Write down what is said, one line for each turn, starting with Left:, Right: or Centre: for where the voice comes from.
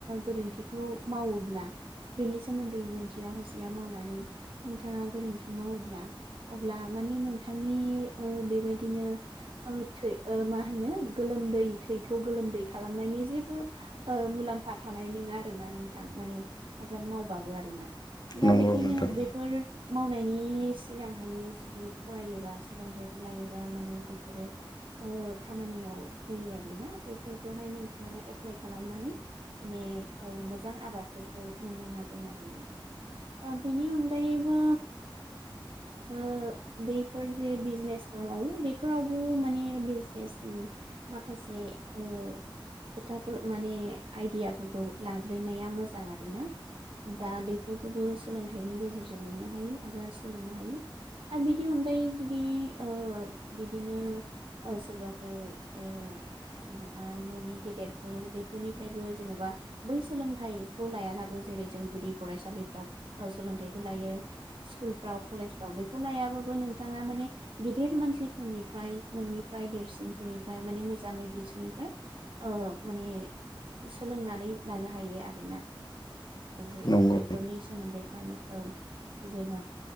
Right: गोरोन्थिखौ मावो ब्ला बेनि सोमोन्दै मिथिया हसेया मावनानै नोंथाङा गोरोन्थि मावोब्ला अब्ला माने नोंथांनि ओ बेबायदिनो ओ थै ओ मा होनो गोलोमदै थैखौ गोलोमदै खालामनायनि जेबो ओ मुलाम्फा थानाय नङा आरोना नोंथां माने हाजार मावबाबो आरोना दा
Left: नंगौ
Right: बेखायनो
Left: नोंथां
Right: बेफोर मावनायनि सिगांहायो जुदि फरायोबा सोलोंथाइफोर लायोबा माने बेफोरो ओ खामानियाव होयो आरोना बेफोरखौहाय नोंथाङा एप्लाइ खालामनानै माने ओ मोजां आबाद फोर मोननो हागोन आरोना बिनि अनगायैबो ओ बैफोर जे बिजनेसफोर मावो बेफोरावबो माने बिजनेसनि माखासे ओ खोथाफोर माने आइडियाफोरखौ लाग्रोननाया मोजां आरोना दा बेफोर फोरखौबो सोलोंथाइनि गेजेरजों मोननो हायो एबा सोलोंनो हायो आरो बिनि अनगायै जुदि ओ बिदिनो सोरबाफोर
Left: <inaudible>
Right: ओ जेन'बा न'नि गेदेरफोर बेफोरनिफ्रायबो जेन'बा बै सोलोंथाइखौ लायालाबो जेरै जों गुदि फरायसालिफ्राव सोलोंथाइखौ लायो, स्कुलफ्राव कलेजफ्राव बेखौ लायाबाबो बो नोंथाङा मान गेदेर मानसिफोरनिफ्राय नोंनिफ्राय देरसिनफोरनि फ्राय माने मोजाङै बिसोरनिफ्राय ओ माने सोलोंनानै लानो हायो आरोना। ज
Left: नंगौ
Right: बेफोरनि सोमोन्दै माने औ जेन'